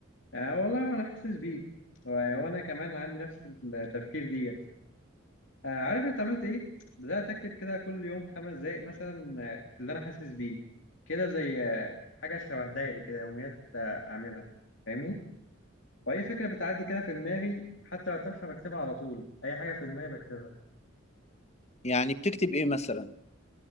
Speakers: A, on the left; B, on the left.
A: آه والله وانا حاسس بيك و- وانا كمان عندي نفس التفكير ديت آه عارف انت عملت ايه بدات اكتب كده كل يوم خمس دقايق مثلا آه، في اللي انا حاسس بيه كده زي آه، حاجه شبه دايري كده يوميات آه، اعملها فاهمني واي فكره بتعدي كده في دماغي حتى لو تافهه بكتبها على طول اي حاجه في دماغي بكتبها
B: يعني بتكتب ايه مثلا